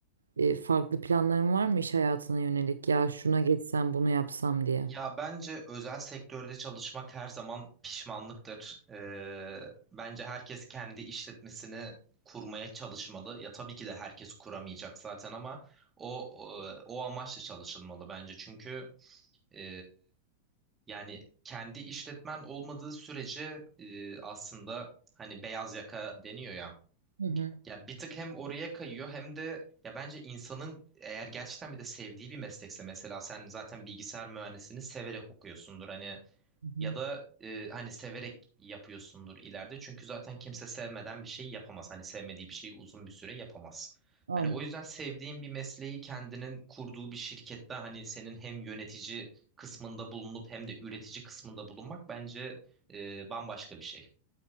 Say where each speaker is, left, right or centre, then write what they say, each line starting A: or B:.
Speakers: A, on the right (about 75°); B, on the right (about 15°).
A: e, farklı planların var mı iş hayatına yönelik? Ya şuna geçsem bunu yapsam diye.
B: Ya bence özel sektörde çalışmak her zaman pişmanlıktır. Ee, bence herkes kendi işletmesini kurmaya çalışmalı. Ya tabii ki de herkes kuramayacak zaten ama o o, o amaçla çalışılmalı bence. Çünkü e, yani kendi işletmen olmadığı sürece e, aslında hani beyaz yaka deniyor ya.
A: Hı hı.
B: Ya bir tık hem oraya kayıyor hem de ya bence insanın eğer gerçekten bir de sevdiği bir meslekse mesela sen zaten bilgisayar mühendisliğini severek okuyorsundur hani
A: Hı
B: ya
A: hı.
B: da e, hani severek yapıyorsundur ileride çünkü zaten kimse sevmeden bir şey yapamaz hani sevmediği bir şeyi uzun bir süre yapamaz.
A: Aynen.
B: Hani o yüzden sevdiğin bir mesleği kendinin kurduğu bir şirkette hani senin hem yönetici kısmında bulunup hem de üretici kısmında bulunmak bence e, bambaşka bir şey.